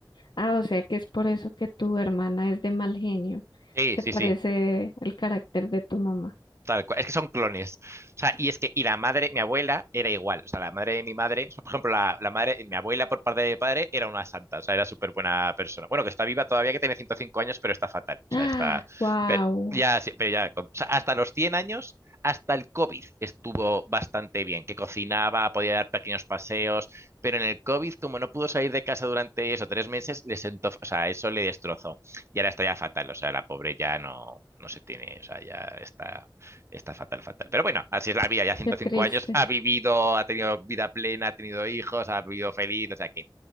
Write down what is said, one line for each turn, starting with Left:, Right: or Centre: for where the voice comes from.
Left: Ah, o sea que es por eso que tu hermana es de mal genio.
Right: Sí,
Left: Se
Right: sí,
Left: parece
Right: sí.
Left: el carácter de tu mamá.
Right: Tal cual. Es que son clones. O sea, y es que, y la madre, mi abuela era igual. O sea, la madre de mi madre, o sea, por ejemplo, la, la madre, mi abuela por parte de mi padre era una santa. O sea, era súper buena persona. Bueno, que está viva todavía, que tiene 105 años, pero está fatal. O
Left: Ah,
Right: sea, está.
Left: wow,
Right: Pero ya, sí, pero ya. O sea, hasta los 100 años. Hasta el COVID estuvo bastante bien, que cocinaba, podía dar pequeños paseos, pero en el COVID, como no pudo salir de casa durante eso, tres meses, le sentó, o sea, eso le destrozó. Y ahora está ya fatal, o sea, la pobre ya no, no se tiene, o sea, ya está Está fatal, fatal. Pero bueno, así es la vida, ya ciento
Left: qué triste.
Right: cinco años, ha vivido, ha tenido vida plena, ha tenido hijos, ha vivido feliz, o sea que,